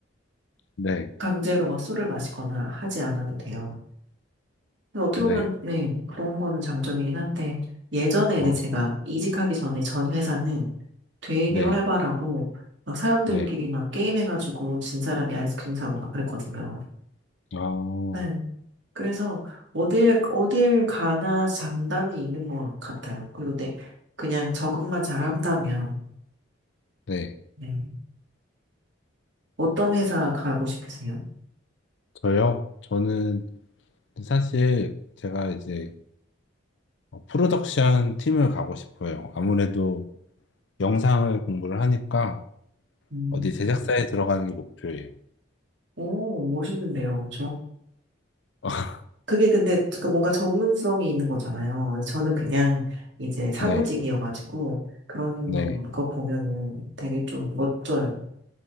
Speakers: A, on the left; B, on the right.
A: 네,
B: 강제로 막 술을 마시거나 하지 않아도 돼요. 그래서 어떻게
A: 네.
B: 보면, 네, 그런 거는 장점이긴 한데, 예전에 이제
A: 아,
B: 제가 이직하기 전에 전 회사는 되게
A: 네,
B: 활발하고, 막 사람들끼리
A: 네.
B: 막 게임해가지고 진 사람이 아이스크림 사고 막 그랬거든요.
A: 아,
B: 네. 그래서 어딜, 어딜 가나 장단이 있는 것 같아요. 그리고 내, 그냥 적응만 잘한다면,
A: 네.
B: 네. 어떤 회사 가고 싶으세요?
A: 저요? 저는 사실 제가 이제 어, 프로덕션 팀을 가고 싶어요. 아무래도 영상을 공부를 하니까
B: 음,
A: 어디 제작사에 들어가는 게 목표예요.
B: 오, 멋있는데요, 엄
A: <laughs>
B: 그게 근데 그 뭔가 전문성이 있는 거잖아요. 저는 그냥 이제 사무직이어가지고
A: 네,
B: 그런
A: 네.
B: 거 보면은 되게 좀 멋져요.